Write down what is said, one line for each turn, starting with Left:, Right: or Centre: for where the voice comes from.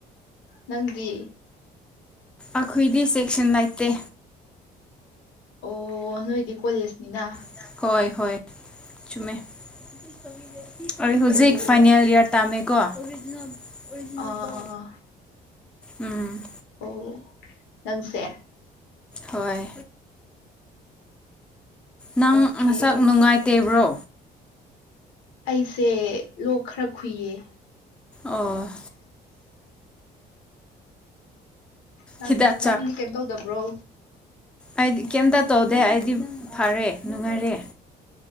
Left: ꯅꯪꯗꯤ
Centre: ꯑꯈꯣꯏꯗꯤ ꯆꯦꯛꯁꯤꯟ ꯅꯩꯇꯦ꯫
Left: ꯑꯣ ꯅꯣꯏꯗꯤ ꯀꯣꯂꯦꯖꯅꯤꯅ꯫
Centre: ꯅꯥ ꯍꯣꯏ ꯍꯣꯏ ꯆꯨꯝꯃꯦ꯫ <unintelligible> ꯑꯩ ꯍꯧꯖꯤꯛ
Left: ꯑꯣ
Centre: ꯐꯥꯏꯅꯦꯜ ꯏꯌꯥꯔ ꯇꯥꯝꯃꯦꯀꯣ ꯑꯣꯔꯤꯖꯤꯅꯜ ꯑꯣꯔꯤꯖꯤꯅꯥꯜ
Left: ꯑꯥ
Centre: ꯗꯣ ꯎꯝ
Left: ꯑꯣ ꯅꯪꯁꯦ꯫
Centre: ꯍꯣꯏ ꯅꯪ
Left: ꯑꯣꯀꯦ
Centre: ꯅꯁꯛ
Left: ꯑꯣꯀꯦ
Centre: ꯅꯨꯡꯉꯥꯏꯇꯦꯕ꯭ꯔꯣ?
Left: ꯑꯩꯁꯦ ꯂꯣꯛ ꯈꯔ ꯈꯨꯨꯏꯌꯦ꯫
Centre: ꯑꯣ
Left: ꯅꯪ
Centre: ꯍꯤꯗꯥꯛ
Left: ꯅꯪꯗꯤ ꯀꯩꯝ ꯇꯧꯗꯕ꯭ꯔꯣ?
Centre: ꯑꯩꯠ ꯀꯩꯝꯇ ꯇꯧꯗꯦ ꯑꯩꯗꯤ ꯐꯔꯦ ꯅꯨꯡꯉꯥꯏꯔꯦ꯫